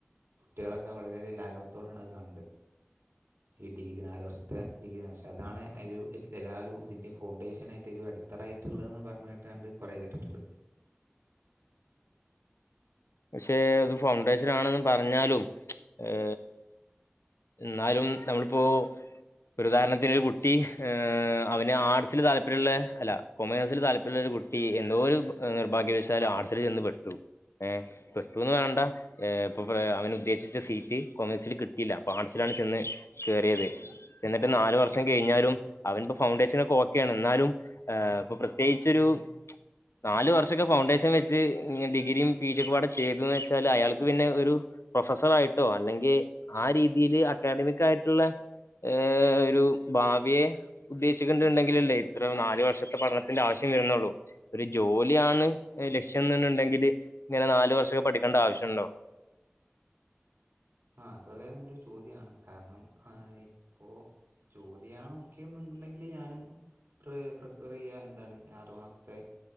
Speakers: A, on the right; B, on the left.
A: കുട്ട്യാളൊക്കെ വളരെയധികം ലാഘവത്തോടാണ് അത് കാണ് ണ്ട്. ഈ ഡിഗ്രി നാല് വർഷത്തെ ഡിഗ്രി പക്ഷേ അതാണ് അയിലൊരു <unintelligible> തിൻ്റെ ഫൗണ്ടേഷനായിട്ടൊരു അടി. ത്തറായിട്ടുള്ളതന്ന് പറഞ്ഞിട്ടാണ്ട് കുറേ കേട്ടിട്ടുണ്ട്.
B: പക്ഷെ അത് ഫൗണ്ടേഷനാണെന്ന് പറഞ്ഞാലും ഏ. ഇന്നാലും നമ്മളിപ്പോ. ഒരു ഉദാഹരണത്തിന് ഒരു കുട്ടി ഏ അവന് ആർട്സില് താല്പര്യള്ള അല്ല. കൊമേഴ്സിൽ താൽപര്യള്ള ഒരു കുട്ടി എന്തോ ഒരു ഭ നിർഭാഗ്യവശാൽ ആർട്സിൽ ചെന്ന് പെട്ടു. ഏഹ് പെട്ടുന്ന് വാണ്ട. ഏഹ് പം അവൻ ഉദ്ദേശിച്ച സീറ്റ് കൊമേഴ്സിൽ കിട്ടിയില്ല അപ്പൊ ആർട്സിലാണ് ചെന്ന് കേയറിയത്. ചെന്നിട്ട് നാല് വർഷം കഴിഞ്ഞാലും അവനിപ്പം ഫൗണ്ടേഷനൊക്കെ ഓക്കെയാണ് എന്നാലും. ഏഹ് ഇപ്പൊ പ്രത്യേകിച്ചൊരു നാലു വർഷൊക്കെ ഫൗണ്ടേഷൻ വെച്ച് ഡിഗ്രിം. പീ ജി ഒക്കപ്പാടെ ചെയ്ത് വെച്ചാൽ അയാൾക്ക് പിന്നെ ഒരു. പ്രൊഫസർ ആയിട്ടോ അല്ലെങ്കിൽ ആ രീതിയില് അക്കാഡമിക് ആയിട്ടുള്ള. ഏ ഒരു ഭാവിയെ. ഉദ്ദേശിക്കണ്ടണ്ടെങ്കിലല്ലേ ഇത്ര നാല് വർഷത്തെ പഠനത്തിന്റെ ആവശ്യം വരുന്നുള്ളൂ. ഒരു ജോലിയാണ് എ ലക്ഷ്യം ന്ന് ന്ന് ഉണ്ടെങ്കില് ഇങ്ങനെ നാല് വർഷൊക്കെ പഠിക്കേണ്ട ആവശ്യണ്ടോ?
A: ആ അത് വളരെ നല്ലൊരു ചോദ്യമാണ് കാരണം ഏ ഇപ്പോ. ജോലിയാണ് മുക്യംന്നുണ്ടെങ്കില് ഞാനും. പൃ പ്രിഫറയ്യാ എന്താണ് ആറ് മാസ്ത്തെ.